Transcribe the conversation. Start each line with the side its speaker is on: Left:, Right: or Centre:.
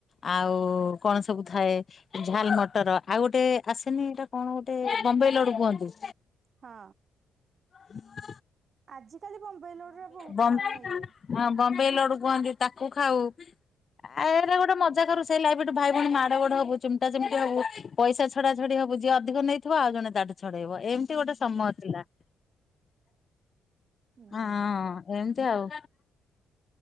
Left: ଆଉ କଣ ସବୁ ଥାଏ? ଝାଲ ମଟର ଆଉ ଗୋଟେ ଆସେନି ଏଇଟା କଣ ଗୋଟେ ବମ୍ବେ ଲଡୁ କୁହନ୍ତି
Right: ହଁ।
Left: ହୁଁ।
Right: ଆଜ କାଲି ବମ୍ବେଇଲଡୁ ର ବହୁତ
Left: ବମ୍
Right: ମାନେ ଇଏ
Left: ହଁ ବମ୍ବେଇ ଲଡୁ କୁହନ୍ତି ତାକୁ ଖାଉ ଆରେ ଗୋଟେ ମଜା କରୁ ସେଇ ଲାଇଫଠୁ ଭାଇଭଉଣୀ ମାଡ ଗୋଡ ହବୁ ଚିମ୍ଟା ଚିମଟି ହବୁ ପଇସା ଛଡା ଛଡି ହବୁ ଯିଏ ଅଧିକ ନେଇଥିବ ଆଉ ଜଣେ ତାକୁ ଛଡେଇବ ଏମିତି ଗୋଟେ ସମୟ ଥିଲା।
Right: ହୁଁ।
Left: ହଁ ଏମତି ଆଉ